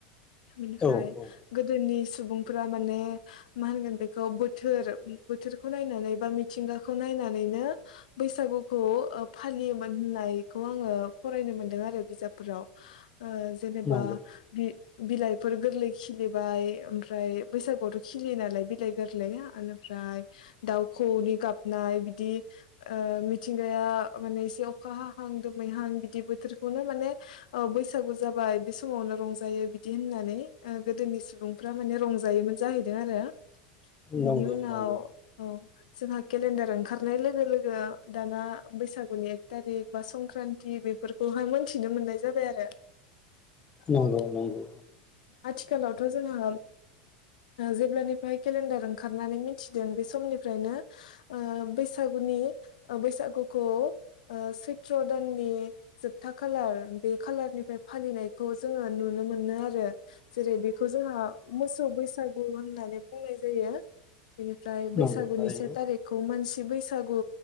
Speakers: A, on the left; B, on the left.
A: बिनिफ्राय
B: औ औ
A: गोदोनि सुबुं फोरा माने मा होनगोन बेखौ बोथोर बोथोरखौ नायनानै बा मिथिंगाखौ नायनानै नो बैसागुखौ ओ फालियोमोन होननायखौ आङो फरायनो मोनदों आरो बिजाबफोर- राव ओ जेनेबा
B: नंगौ
A: बि बिइफोर गोरलै खिलिबाय ओमफ्रा- फ्राय बैसागुआवथ' खिलियो नालाय बिलाइ गोरलै एनिफ्राय दाउ खौऔनि गाबनाय बिदि ओ मिथिंगाया माने इसे अखा हाहां दोमैहां बिदि बोथोरखौनो माने अ बैसागु जाबाय बे समावनो रंजायो बिदि होननानै ओ गोदोनि सुबुं- फोरा माने रंजायोमोन जाहैदों आरो बिनि
B: नंगौ
A: उनाव
B: नंगौ
A: औ जोंहा केलेन्डार ओंखारनाय लोगो लोगो दाना बैसागु बैसागुनि एकथारिक बा संक्रान्ति बेफोरखौहाय मोनथिनो मोननाय जाबाय आरो
B: नंगौ
A: औ
B: नंगौ
A: आथिखालावथ' जोंहा ओ जेब्लानिफ्राय केलेन्डार ओंखारनानै मिथिदों बे समनिफ्रायनो ओ बैसागुनि ओ बैसागुखौ ओ सैत्र' दाननि जोबथा खालार बे खालार खालारनिफ्राय फालिनायखौ जोङो नुनो मोनो आरो जेरै बेखौ जोंहा मोसौ बैसागु होननानै बुंनाय जायो। बेनिफ्राय बैसागुनि
B: नंगौ थारैनो
A: से थारिखखौ मानसि बैसागु